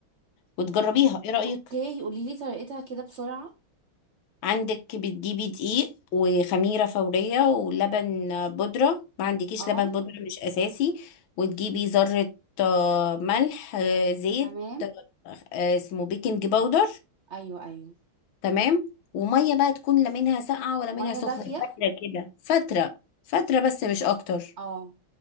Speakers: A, on the left; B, on the right.
A: وتجربيها
B: أو-
A: إيه رأيك
B: اوكي قوليلي طريقتها كده بسرعة
A: عندك بتجيبي دقيق وخميرة فورية ولبن بودرة ما عندكيش
B: اه
A: لبن بودرة مش أساسي وتجيبي ذرة آه، ملح آه، زيت
B: تمام
A: آه، اسمه بيكنج باودر
B: ايوه ايوه
A: تمام ومية بقى تكون لا منها ساقعة ولا منها
B: مية
A: سخنة
B: دافية
A: فترة كده فترة فترة بس مش أكتر
B: اه